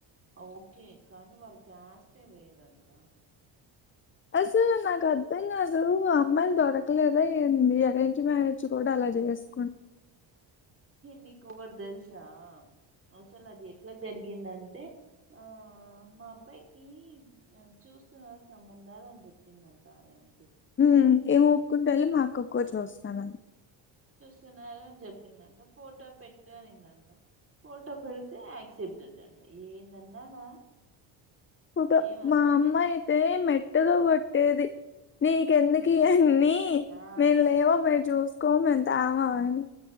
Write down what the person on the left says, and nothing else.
అసలు నాకు అర్థం కాదు అమ్మాయిలు దొరకలేదా ఏంది అరేంజ్ మ్యారేజ్ కూడా అలా వదిలేస్కుండు
మ్ ఏం ఒప్పుకుంటే వెళ్ళి మా అక్కకు చూస్తాను అది
వద్దు
మా అమ్మా అయితే మెట్టతో కొట్టేది. నీకెందుకు
ఇవన్నీ
మేము లేమా, మేము చూసుకోమా, మేము తేమా అని